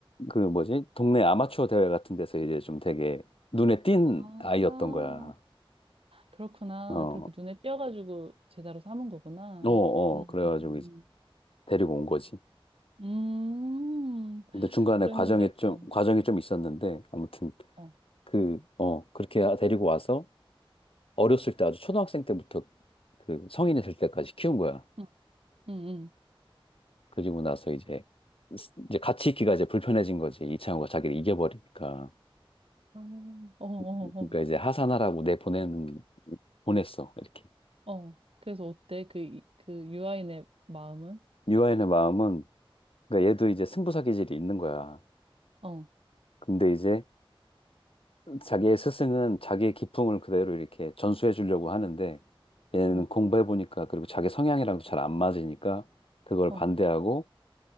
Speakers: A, on the left; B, on the right.
A: 그 뭐지? 동네 아마추어 대회 같은 데서 이제 좀 되게 눈에 띈
B: 아,
A: 아이였던 거야.
B: 그렇구나.
A: 어.
B: 그렇게 눈에 띄어가지고 제자로 삼은 거구나.
A: 어, 어.
B: 음,
A: 그래가지고
B: 음,
A: 이제 데리고 온 거지.
B: 음. 음,
A: 근데 중간에
B: 그랬는데,
A: 과정에 좀
B: 어,
A: 과정이 좀 있었는데 아무튼
B: 어,
A: 그 어, 그렇게 데리고 와서 어렸을 때 아주 초등학생 때부터 그 성인이 될 때까지 키운 거야.
B: 응, 응, 응.
A: 그리고 나서 이제 이제 같이 있기가 이제 불편해진 거지. 이창호가 자기를 이겨버리니까.
B: 아, 어, 어,
A: 그러니까 이제 하산하라고 내보내는 보냈어. 이렇게.
B: 어, 어. 그래서 어때? 그, 이- 그 유아인의 마음은?
A: 유아인의 마음은 그러니까 얘도 이제 승부사 기질이 있는 거야.
B: 어,
A: 근데 이제 자기의 스승은 자기의 기풍을 그대로 이렇게 전수해 주려고 하는데 얘는
B: 어,
A: 공부해 보니까 그리고 자기 성향이랑도 잘 안 맞으니까 그걸
B: 어,
A: 반대하고